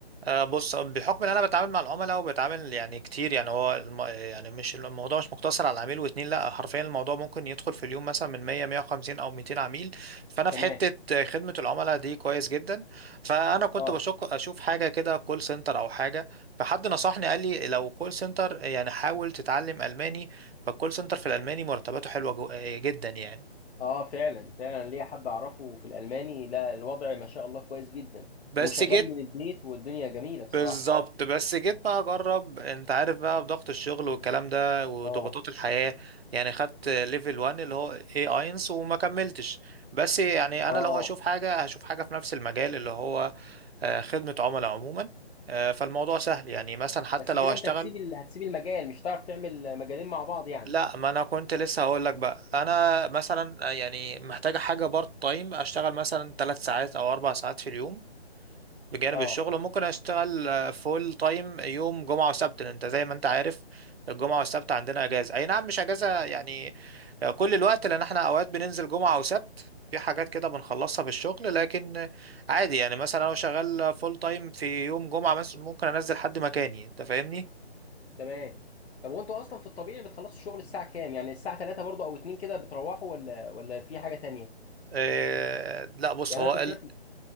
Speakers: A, on the right; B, on the left.
A: آه، بص آه، بحكم ان انا بتعامل مع العملاء وبتعامل يعني كتير يعني هو الم... يعني مش الموضوع مش مقتصر على عميل واتنين لا حرفيا الموضوع ممكن يدخل في اليوم مثلا من 100 150 او 200 عميل فانا
B: تمام
A: في حتة خدمة العملاء دي كويس جدا فانا كنت
B: اه
A: بشك اشوف حاجة كده كول سنتر او حاجة فحد نصحني قال لي لو كول سنتر يعني حاول تتعلم الماني فالكول سنتر في الالماني مرتباته حلوة جو... آه، جدا يعني
B: اه فعلا فعلا ليا حد اعرفه في الالماني لا الوضع ما شاء الله كويس جدا
A: بس
B: وشغال
A: جيت
B: من البيت والدنيا جميله بصراحه
A: بالظبط بس جيت بقى اجرب انت عارف بقى بضغط الشغل والكلام ده وضغوطات
B: اه
A: الحياة يعني خدت ليفل 1 اللي هو اي اينس وما كملتش بس يعني انا
B: اه
A: لو هشوف حاجة هشوف حاجة في نفس المجال اللي هو آه، خدمة عملاء عموما آه، فالموضوع سهل يعني مثلا حتى
B: بس
A: لو
B: كده
A: هشتغل
B: انت هتسيب ال... هتسيب المجال مش هتعرف تعمل مجالين مع بعض يعني
A: لا ما انا كنت لسه هقول لك بقى انا مثلا آه، يعني محتاجة حاجة بارت تايم اشتغل مثلا 3 ساعات او 4 ساعات في اليوم بجانب
B: اه
A: الشغل ممكن اشتغل فول تايم يوم جمعة وسبت لأن انت زي ما انت عارف الجمعة والسبت عندنا اجازة اي نعم مش اجازة يعني آه، كل الوقت لان احنا اوقات بننزل جمعة وسبت في حاجات كده بنخلصها في الشغل لكن آه، عادي يعني مثلا لو شغال فول تايم في يوم جمعة مثلا ممكن انزل حد مكاني انت فاهمني
B: تمام طب وانتوا اصلا في الطبيعي بتخلصوا الشغل الساعه كام يعني الساعه 3 برضو او 2 كده بتروحوا ولا ولا في حاجه تانية
A: آه لا بص
B: يعني
A: هو
B: انا كنت
A: ال-
B: شايف